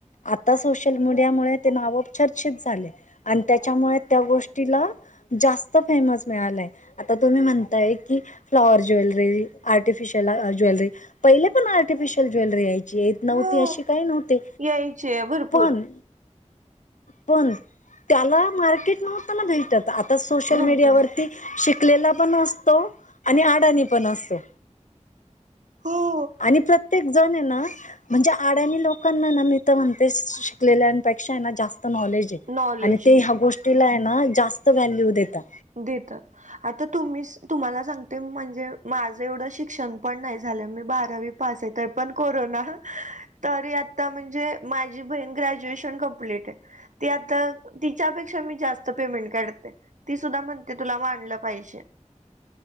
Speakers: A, on the left; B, on the right.
A: आता सोशल मीडिया मुळे ते नाव चर्चित झाले आणि त्याच्यामुळे त्या गोष्टीला जास्त फेमस मिळालाय आता तुम्ही म्हणताय की फ्लॉवर ज्वेलरी आर्टिफिश त्याला ज्वेलरी पहिले पण आर्टिफिशयल ज्वेलरी चेत नव्हती
B: हो
A: अशी काही नव्हते
B: यायचे भरपूर
A: पण पण त्याला मार्केट नव्हतं ना भेटत आता सोशल
B: नव्हतं
A: मीडियावरती शिकलेला पण असतो आणि अडाणी पण असतो
B: हो
A: आणि प्रत्येक जण ये ना म्हणजे आड्यानी लोक लोकांना ना मी तर म्हणते शिकलेल्यांपेक्षा ना जास्त नॉलेज आहे
B: नॉलेज
A: आणि ते
B: आहे
A: ह्या गोष्टी ना जास्त व्हॅल्यू देता
B: देतात आता तुम्ही तुम्हाला सांगते म्हणजे माझं एवढं शिक्षण पण नाही झालं मी बारावी पाच येतय पण कोरोना तरी आता म्हणजे माझी बहीण ग्रॅज्युएशन कमप्लीट आहे ती आता तिच्यापेक्षा मी जास्त पेमेंट काढते ती सुद्धा म्हणते तुला मानल पाहिजे